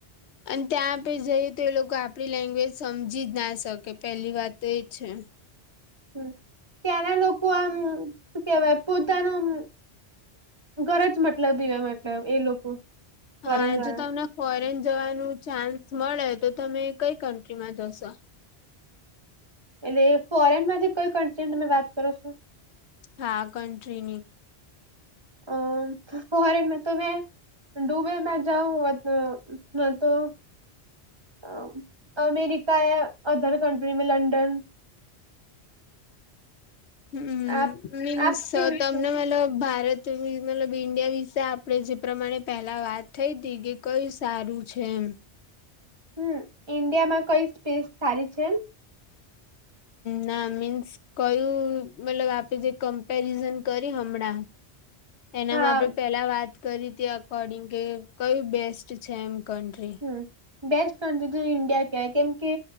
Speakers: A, on the left; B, on the right.
A: અને ત્યાં આપે જઈએ તો એ લોકો આપડી લેંગ્વેજ સમજી જ ના શકે પેલી વાત તો એ છે.
B: હમ્મ, ત્યાંના લોકો આમ શું કેવાય પોતાનું ઘર જ મતલબ એવા મતલબ એ લોકો ફોરેન
A: હા
B: વાળા
A: જો તમને ફોરેન જવાનું ચાન્સ મળે તો તમે કઈ કન્ટ્રીમાં જશો?
B: એટલે ફોરેન માંથી કોઈ કન્ટ્રી તમે વાત કરો છો?
A: હા કન્ટ્રીની.
B: અ હું મારું મિતુને ડુબે મે જાઉ વતો નતો અ અમેરિકા એ અધર કંન્ટ્રી મે લંડન
A: હમ
B: આપ
A: મીન્સ
B: આપ કેમ
A: તમને
B: છે
A: મતલ ભારત. મતલબ ઈન્ડિયા વિશે આપણે જે પ્રમાણે પહેલા વાત થઈ હતી કે કયું સારું છે એમ.
B: હમ ઈન્ડિયા માં કઈ સ્પેસ સારી છે.
A: ના મીન્સ કયું મતલબ આપે જે કમ્પેરિઝન કરી હમણાં. <inaudible> એનામાં
B: હા
A: આપડે પેલા વાત કરીતી અકોર્ડિંગ કે કયું બેસ્ટ છે એમ કન્ટ્રી.
B: હમ બેસ્ટ કન્ટ્રી તો ઇન્ડિયા કેવાય કેમ કે